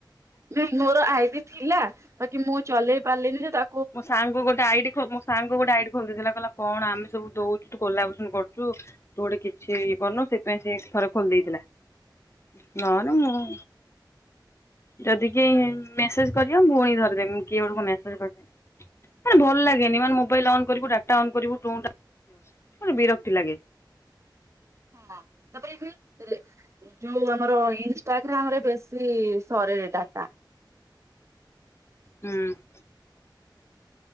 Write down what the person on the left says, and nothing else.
ମୋ ସାଙ୍ଗକୁ ଗୋଟେ ଆଇଡି ଖୋ ମୋ ସାଙ୍ଗ୍ ସେ ଗୋଟେ ଆଇଡି ଖୋଲି ଦେଇଥିଲା କହିଲା କଣ ଆମେ ସବୁ ଦଉଚୁ ତୁ କୋଲାବସନ କରୁଚୁ। ତୁ ଗୋଟେ କିଛି ଇ କରନୁ ସେଥିପାଇଁ ସିଏ ଥରେ ଖୋଲି ଦେଇଥିଲା ନ ହେନେ ମୁଁ ଯଦି କେହି ମେସେଜ୍ କରିବ ମୁଁ ଭଉଣିକୁ ଧରେଇ ଦେମି କିଏ ଗୋଟେ କଣ ମେସେଜ କରିଛି। ହେ ଭଲ ଲାଗେନି ମାନେ ମୋବାଇଲ୍ ଅନ୍ କରିବୁ ଡାଟା ଅନ୍ କରିବୁ ଟୁଁ ଟାଁ, ମାନେ ବିରକ୍ତି ଲାଗେ।
ହୁଁ।